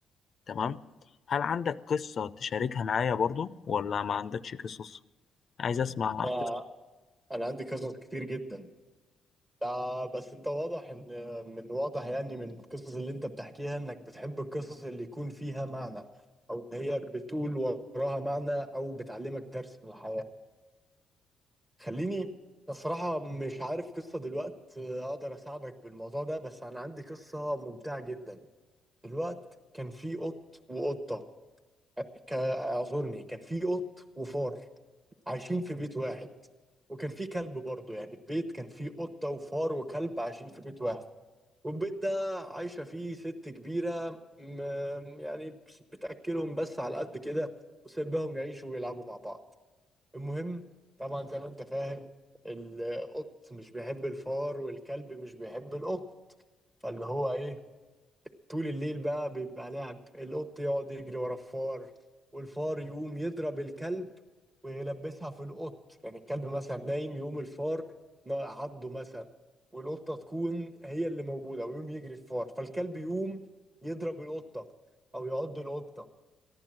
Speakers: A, on the left (about 50°); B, on the right (about 20°).
A: تمام هل عندك قصة تشاركها معايا برضو ولا ما عندكش قصص عايز اسمع
B: أنا
A: قصة
B: أنا عندي قصص كتير جدا لا بس انت واضح ان من واضح يعني من القصص اللي انت بتحكيها انك بتحب القصص اللي يكون فيها معنى او ان هي بتقول وراها معنى او بتعلمك درس من الحياة خليني الصراحة مش عارف قصة دلوقت آه، اقدر اساعدك بالموضوع ده بس انا عندي قصة ممتعة جدا الوقت كان في قط وقطة آه، ك- اعذرني كان في قط وفار عايشين في بيت واحد وكان في كلب برضه يعني البيت كان فيه قطة وفار وكلب عايشين في بيت واحد والبيت ده عايشة فيه ست كبيرة م- يعني بتأكلهم بس على قد كده وسيبهم يعيشوا ويلعبوا مع بعض المهم طبعا زي ما انت فاهم القط مش بيحب الفار والكلب مش بيحب القط فاللي هو ايه طول الليل بقى بيبقى لعب القط يقعد يجري ورا الفار والفار يقوم يضرب الكلب ويلبسها في القط يعني الكلب مثلا نايم يقوم الفار نا- عضه مثلا والقطة تكون هي اللي موجودة ويقوم يجري الفار فالكلب يقوم يضرب القطة أو يعض القطة